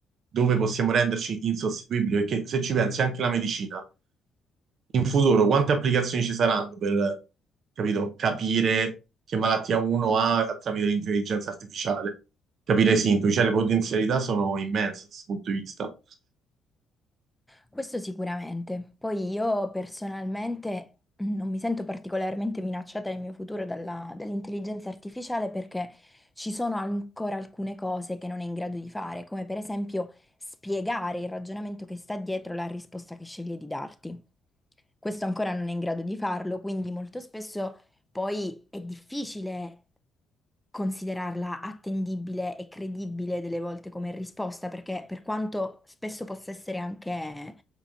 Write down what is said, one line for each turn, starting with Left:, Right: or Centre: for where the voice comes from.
Right: dove possiamo renderci insostituibili perché se ci pensi anche la medicina in futuro quante applicazioni ci saranno per, capito, capire che malattia uno ha tramite l'intelligenza artificiale, capire i sintomi, cioè le potenzialità sono immense da questo punto di vista.
Centre: Questo sicuramente. Poi io personalmente non mi sento particolarmente minacciata nel mio futuro dalla- dall'intelligenza artificiale perché ci sono ancora alcune cose che non è in grado di fare, come per esempio spiegare il ragionamento che sta dietro la risposta che sceglie di darti. Questo ancora non è in grado di farlo, quindi molto spesso poi è difficile considerarla attendibile e credibile delle volte come risposta, perché per quanto spesso possa essere anche,